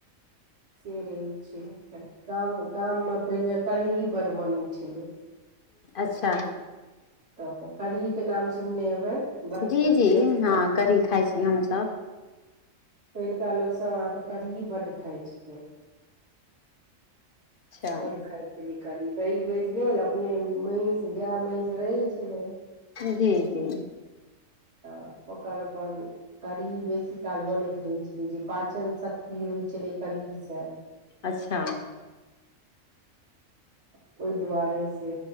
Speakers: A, on the right (about 60°); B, on the left (about 50°).
A: से रहै छैय। गाम गाममे पहिनेे करही बड़ बनय छलै।
B: अच्छा।
A: त करहीके नाम सुनने हेबै बड्ड
B: जी
A: <inaudible> कऽ
B: जी हँ कढ़ी खाइ छियै हमसभ।
A: पहिलुका लोकसभ अहाँके कढ़ही बड्ड खाइ छलै।
B: अच्छा
A: बड खाय छेल ऐ। कनि दही बेच गेल, अपने महीस गे गे महीस रहै छलै ये।
B: जी -जी
A: त ओकर अपन कढ़ी बेसी काल बनैत रहै छलै, जे पाचन शक्ति होइत छलै कढ़ीस
B: अच्छा
A: ओहि दुआरे से,